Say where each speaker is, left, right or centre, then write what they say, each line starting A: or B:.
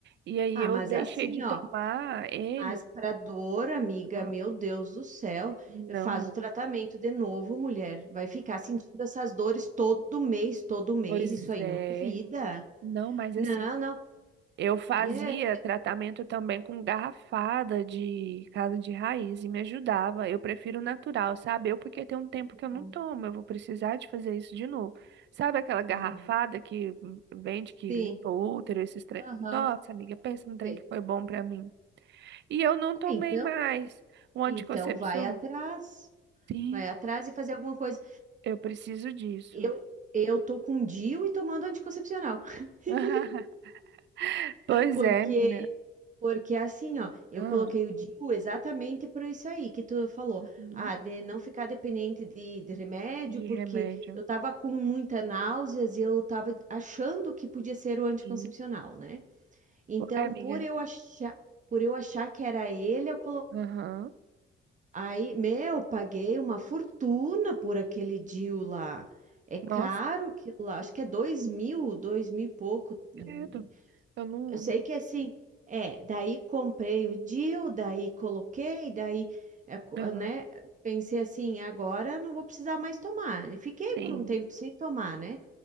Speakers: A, on the right; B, on the right.
A: E aí
B: Ah,
A: eu
B: mas
A: deixei
B: assim,
A: de
B: ó.
A: tomar ele.
B: Mas pra dor, amiga,
A: Ah,
B: meu Deus do céu,
A: Não,
B: faz
A: não.
B: o tratamento de novo, mulher. Vai ficar sentindo essas dores todo mês, todo mês.
A: Pois
B: Isso aí
A: é.
B: não é vida.
A: Não, mas assim.
B: Não, não.
A: Eu fazia
B: É.
A: tratamento também com garrafada de casa de raiz e me ajudava. Eu prefiro natural, sabe? Eu porque tem um tempo
B: Uhum.
A: que eu não tomo, eu vou precisar de fazer isso de novo. Sabe aquela garrafada
B: uhum.
A: que vende, que
B: Sim.
A: limpa o útero, esses trem?
B: Aham.
A: Nossa, amiga, pensa num trem
B: Sei.
A: que foi bom pra mim. E eu não
B: Ah,
A: tomei
B: então,
A: mais o anticoncepcional.
B: então vai atrás.
A: Sim,
B: Vai atrás e fazer alguma coisa.
A: eu preciso disso.
B: Eu, eu tô com DIU e tomando anticoncepcional. <laughs>
A: <laughs> Pois
B: Porque,
A: é, menina.
B: porque é assim, ó, eu
A: Ah,
B: coloquei o DIU exatamente por isso aí que tu falou.
A: uhum,
B: Ah, de não ficar dependente de, de remédio,
A: de
B: porque
A: remédio.
B: eu tava com muita náuseas e eu tava achando que podia ser o anticoncepcional,
A: Sim.
B: né? Então,
A: Ué, amiga.
B: por eu achar, por eu achar que era ele, eu coloquei.
A: Aham.
B: Aí, meu, paguei uma fortuna por aquele DIU lá. É caro
A: Nossa,
B: aquilo lá, acho que é dois mil, dois mil e pouco. hum,
A: credo. Eu não.
B: eu sei que assim, é, daí comprei o deal, daí coloquei, daí, é, co-
A: Aham,
B: né, pensei assim, agora não vou precisar mais tomar. E fiquei
A: tem.
B: por um tempo sem tomar, né?